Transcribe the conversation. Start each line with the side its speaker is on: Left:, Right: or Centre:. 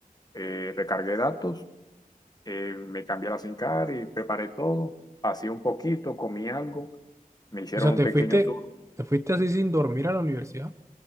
Left: eh, recargué datos eh, me cambié a la sincar y preparé todo, hacía un poquito, comí algo, me hicieron
Right: O sea,
Left: un
Right: te
Left: pequeño
Right: fuiste,
Left: tour.
Right: te fuiste así sin dormir a la universidad.